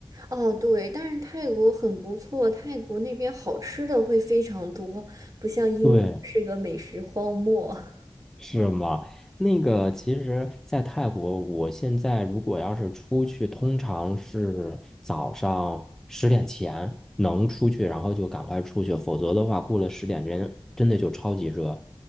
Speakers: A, on the right; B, in the centre.
A: 哦，对，但是泰国很不错，泰国那边好吃的会非常多，不像英国是个美食荒漠。
B: 对，
A: <laughs>
B: 是吗？那个，其实，在泰国，我现在如果要是出去，通常是早上十点前能出去，然后就赶快出去，否则的话，过了十点真真的就超级热。